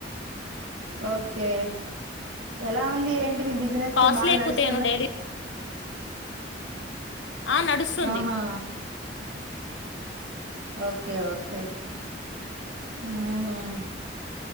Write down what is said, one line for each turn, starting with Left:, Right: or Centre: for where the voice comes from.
Right: ఓకే ఎలా ఉంది ఏంటి మీ బిజినెస్
Left: కాస్ట్లీ
Right: బాగా
Left: ఎక్కుతేను
Right: నడుస్తుందా
Left: డైలీ ఆ నడుస్తుంది
Right: ఆహా! ఓకే ఓకే హ్మ